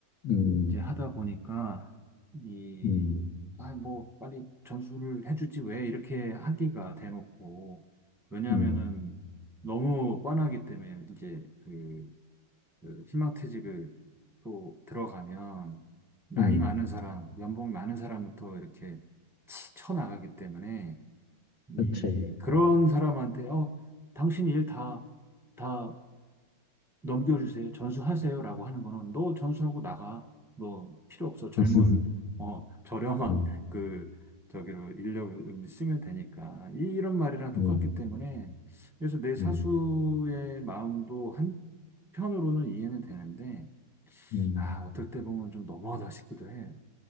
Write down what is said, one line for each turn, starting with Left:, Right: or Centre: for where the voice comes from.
Left: 음,
Centre: 이제 하다 보니까 이
Left: 음,
Centre: 아 뭐 빨리 전수를 해주지 왜 이렇게 하기가 대놓고 왜냐하면은
Left: 음,
Centre: 너무 뻔하기 때문에 이제 그, 그 희망퇴직을 또 들어가면 나이
Left: 음,
Centre: 많은 사람, 연봉 많은 사람부터 이렇게 치- 쳐나가기 때문에 이,
Left: 그렇지.
Centre: 그런 사람한테, 어, 당신 일 다, 다 넘겨주세요. 전수하세요. 라고 하는 거는 너 전수하고 나가. 너 필요 없어. 젊은,
Left: <laughs>
Centre: 어, 저렴한
Left: 음,
Centre: <laughs> 그, 저기로 인력을 쓰면 되니까. 이, 이런 말이랑 똑같기
Left: 음,
Centre: 때문에. 그래서 내 사수의
Left: 음,
Centre: 마음도 한편으로는 이해는 되는데,
Left: 음.
Centre: 아, 어떨 때 보면 좀 너무하다 싶기도 해.